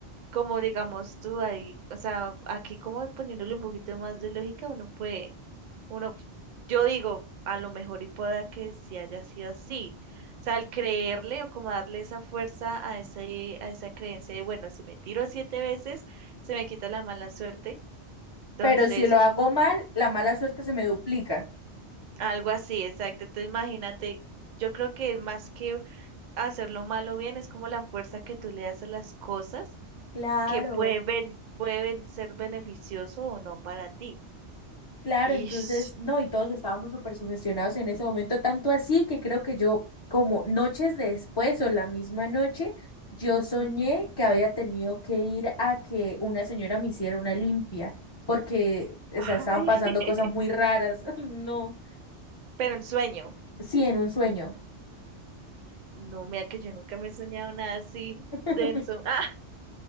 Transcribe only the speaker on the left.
Pero si lo hago mal, la mala suerte se me duplica.
claro.
Claro,
entonces, no, y todos estábamos súper sugestionados en ese momento, tanto así que creo que yo, como noches después o la misma noche, yo soñé
que había tenido que ir a que una señora me hiciera una limpia, porque, o
sea, estaban pasando
cosas muy raras. <laughs> Ay, no.
Sí, en un sueño.
<laughs>